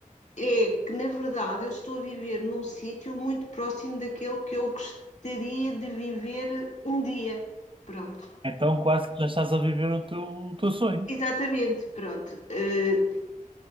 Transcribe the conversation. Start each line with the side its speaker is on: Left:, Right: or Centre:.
Left: é que, na verdade, eu estou a viver num sítio muito próximo daquele que eu gostaria de viver um dia. Pronto.
Right: Então quase que já estás a viver o teu, o teu sonho.
Left: Exatamente, pronto. Eh,